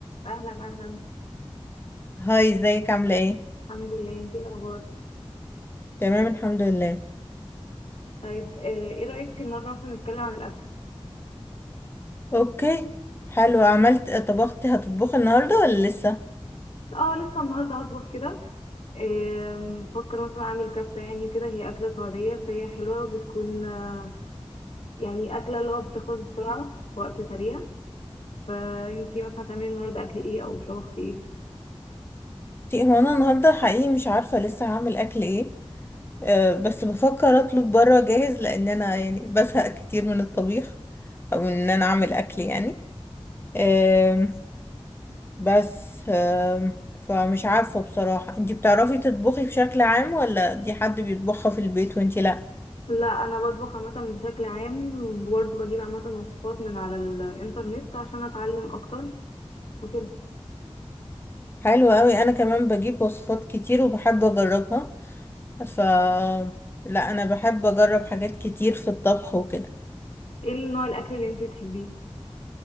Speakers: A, on the left (about 65°); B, on the left (about 20°).
A: اهلا اهلا
B: هاي ازيك عاملة ايه؟
A: الحمد لله انتي إيه الاخبار
B: تمام الحمد لله
A: طيب آه، ايه رايك النهارده مثلا نتكلم عن الاكل
B: اوكي حلو عملت طبختي هتطبخي النهاردة ولا لسه؟
A: اه لسه النهارده هطبخ كده آم، بفكر مثلا اعمل كبسه يعني كده هي اكله سعوديه فهي حلوه وبتكون آه، يعني اكله اللي هو بتخلص بسرعه في وقت سريع فانتي مثلا هتعملي النهارده اكل ايه او طبختي ايه
B: تي- هو انا النهاردة حقيقي مش عارفة لسه هعمل اكل ايه أه بس بفكر اطلب برا جاهز لان انا يعني بزهق كتير من الطبيخ او ان انا اعمل اكل يعني أه بس أه فمش عارفة بصراحة انتي بتعرفي تطبخي بشكل عام ولا دي حد بيطبخها في البيت وانتي لا؟
A: لا انا بطبخ عامه بشكل عام وبرضه بجيب عامه وصفات من على الانترنت عشان اتعلم اكتر وكده
B: حلو قوي انا كمان بجيب وصفات كتير وبحب اجربها ف لا انا بحب اجرب حاجات كتير في الطبخ وكده
A: ايه نوع الاكل اللي انتي بتحبيه